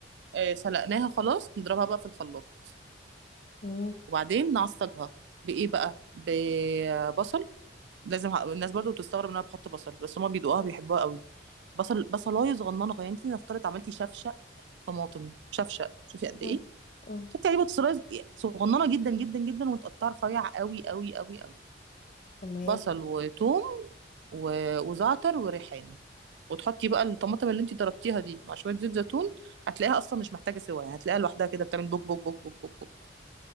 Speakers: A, on the right (about 70°); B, on the left (about 45°).
A: آه، سلقناها خلاص نضربها بقى في الخلاط
B: مم.
A: وبعدين نعصجها بإيه بقى ببصل لازم ه- الناس برضو بتستغرب ان انا بحط بصل بس هما بيدوقوها بيحبوها قوي بصل بصلايه صغننه يعني انت نفترض عملتي شفشق طماطم شفشق شوفي قد
B: مم.
A: ايه
B: مم.
A: تحطي عليه بصلايه صغننه جدا جدا جدا وتقطعها رفيع قوي قوي قوي قوي
B: تمام
A: بصل وثوم و- وزعتر وريحان وتحطي بقى الطماطم اللي انت ضربتيها دي مع شويه زيت زيتون هتلاقيها اصلا مش محتاجه سوا يعني هتلاقيها لوحدها كده بتعمل بوك بوك بوك بوك بوك بوك